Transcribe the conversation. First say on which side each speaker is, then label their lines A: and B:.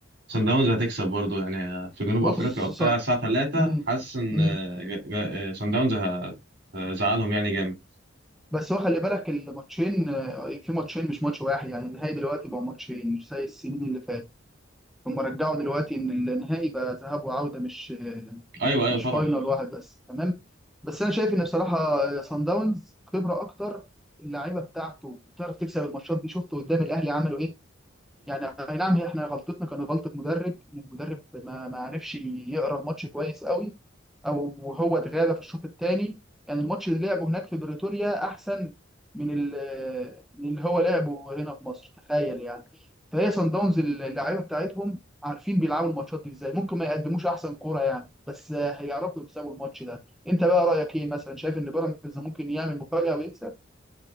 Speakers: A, on the right (about 55°); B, in the centre.
A: سان داونز هتكسب برضو يعني في جنوب
B: بص
A: افريقيا وبتاع
B: صن...
A: الساعه 3
B: مم.
A: حاسس ان
B: مم.
A: آه، جا- جا- آه، سان داونز هتزعلهم يعني جامد
B: بس هو خلي بالك الماتشين آه، في ماتشين مش ماتش واحد يعني النهائي دلوقتي بقى ماتشين مش زي السنين اللي فاتت هم رجعوا دلوقتي ان النهائي بقى ذهاب وعوده مش
A: ايوه ايوه
B: مش
A: طبعا
B: فاينل واحد بس تمام بس انا شايف ان بصراحه سان داونز خبره اكتر اللعيبه بتاعته بتعرف تكسب الماتشات دي شفت قدام الاهلي عملوا ايه يعني اي نعم هي احنا غلطتنا كانت غلطه مدرب ان المدرب ما ما عرفش يقرا الماتش كويس قوي او وهو اتغاب في الشوط الثاني يعني الماتش اللي لعبه هناك في بريتوريا احسن من ال- من اللي هو لعبه هنا في مصر تخيل يعني فهي صن داونز اللعيبه بتاعتهم عارفين بيلعبوا الماتشات دي ازاي ممكن ما يقدموش احسن كوره يعني بس هيعرفوا يكسبوا الماتش ده انت بقى رايك ايه مثلا شايف ان بيراميدز ممكن يعمل مفاجاه ويكسب